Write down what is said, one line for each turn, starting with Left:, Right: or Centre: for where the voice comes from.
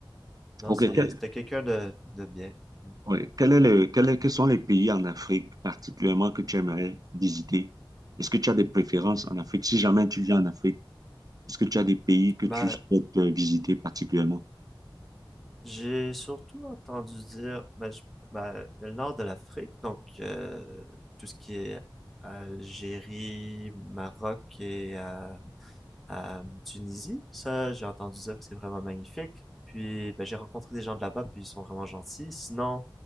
Centre: Non,
Right: OK.
Centre: c'est-
Right: Quel,
Centre: c'était quelqu'un de, de bien. Mm.
Right: ouais. Quel est le, quel est- quels sont les pays en Afrique particulièrement que tu aimerais visiter? Est-ce que tu as des préférences en Afrique si jamais tu viens en Afrique? Est-ce que tu as des pays que
Centre: Ben,
Right: tu souhaites euh, visiter particulièrement?
Centre: J'ai surtout entendu dire, ben, je- ben, il y a le nord de l'Afrique, donc euh, tout ce qui est Algérie, Maroc et euh, euh, Tunisie, ça j'ai entendu dire que c'est vraiment magnifique. Puis ben, j'ai rencontré des gens de là-bas, puis ils sont vraiment gentils. Sinon,